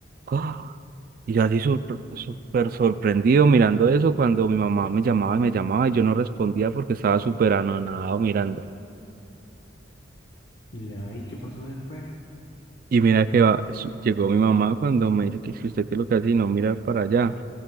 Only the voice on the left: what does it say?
qué-
¿Y la- y qué pasó después?